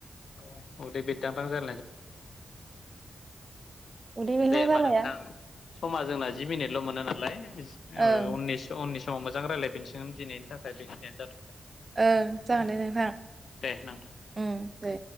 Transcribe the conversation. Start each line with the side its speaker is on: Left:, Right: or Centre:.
Left: औ अ दे बेदामां जार
Right: उदै बेरला
Left: दे होमबा
Right: जालाया
Left: नोंथां समा जोंना जि मिनिटल' मोनो नालाय उननिस
Right: ओं
Left: ' उननि समाव मोजां रायज्लायफनगोन दिनैनि थाखाय बेखियानो जाथ'बाय
Right: ओं जागोन दे नोंथाङ
Left: दे नोंथां
Right: उम दे।